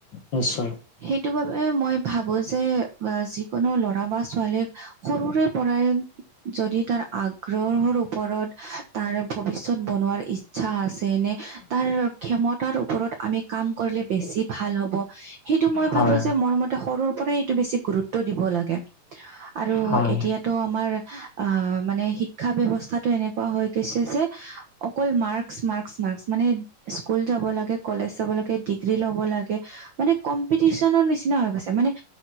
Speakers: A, on the left; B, on the right.
A: নিশ্চয়।
B: সেইটো বাবে মই ভাবো যে যিকোনো ল'ৰা বা ছোৱালীক সৰুৰে পৰাই যদি তাৰ আগ্ৰহৰ ওপৰত তাৰ ভৱিষ্যত বনোৱাৰ ইচ্ছা আছে নে তাৰ ক্ষমতাৰ ওপৰত আমি কাম কৰিলে বেছি ভাল হ'ব, সেইটো মই
A: হয়
B: ভাবো যে মৰ মত সৰুৰ পৰাই এইটো বেছি গুৰুত্ব দিব লাগে আৰু
A: হয়
B: এতিয়া টো আমাৰ আ মানে শিক্ষা ব্যৱস্থাটো এনেকুৱা হৈ গেইছে যে অকল মাৰ্কছ, মাৰ্কছ, মাৰ্কছ। মানে স্কুল যাব লাগে, কলেজ যাব লাগে ডিগ্ৰী ল'ব লাগে। মানে কম্পিটিচনৰ নিচিনা হৈ গৈছে মানে